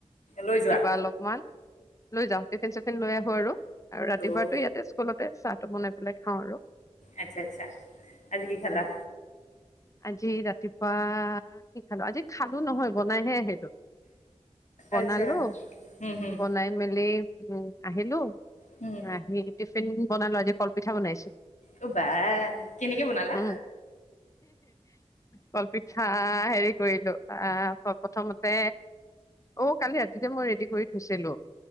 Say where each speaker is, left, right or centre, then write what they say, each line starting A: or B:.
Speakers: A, on the left (about 80°); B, on the left (about 25°).
A: লৈ যোৱা
B: কিবা অলপমান। লৈ যাওঁ, টিফিন চিফিন লৈ আহো আৰু আৰু ৰাতিপুৱাই
A: অঁ
B: তো ইয়াতে স্কুলত। তাকে চা টো বনাই পেলাই খাওঁ আৰু-
A: আচ্ছা আচ্ছা, আজি কি খালা?
B: নাই, আজি ৰাতিপুৱা কি খালো আজি খালো নহয় বনাইহে আহিলো। বনালো
A: আচ্ছা হুম হুম
B: বনাই মেলেলি উম আহিলো।
A: হুম
B: ৰাহি গেতিপ <unintelligible> বনা লোৱা যে কলপিঠা বনাইছো।
A: অ বা কেনেকে বনালা?
B: উম, কলপিঠা হেৰি কৰিলো। আ প্ৰথমতে, অ' কালি ৰাতিতে মই ৰেডি কৰি থৈছিলো।